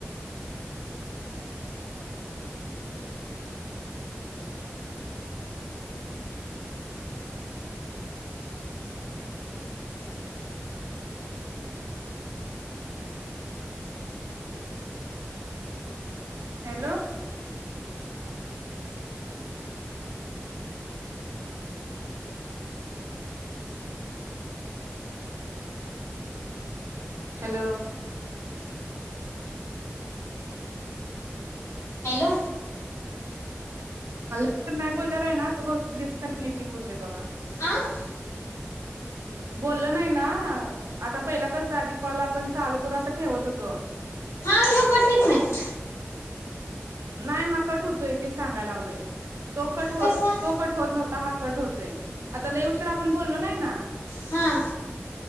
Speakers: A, on the right (about 80°); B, on the left (about 80°).
A: हॅलो हॅलो
B: हॅलो
A: तर नाही बोलल्याला आहे ना बघ डिस्कनेक्टिंग होतोय बघा
B: आं?
A: बोलल नाही ना आता पहिला कस आधी कॉल आपण चालू करून असं ठेवत होतो
B: लो कटवीत नाही
A: नाय हा कट होतोय ते सांगायला लागलोय तो कट होत
B: कसा
A: तो कट होत नव्हता हा कट होत आता लई उशर आपण बोललो नाही ना
B: ह